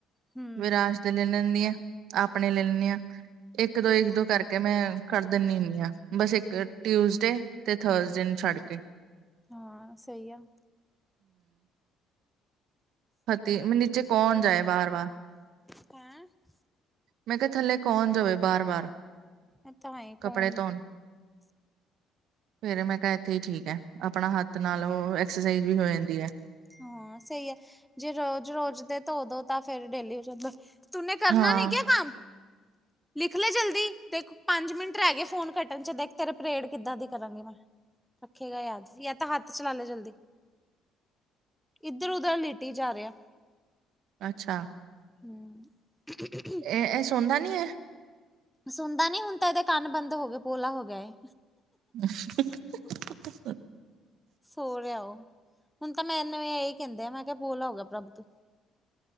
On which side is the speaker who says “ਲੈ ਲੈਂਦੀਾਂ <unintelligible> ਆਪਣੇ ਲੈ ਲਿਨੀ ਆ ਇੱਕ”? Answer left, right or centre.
Right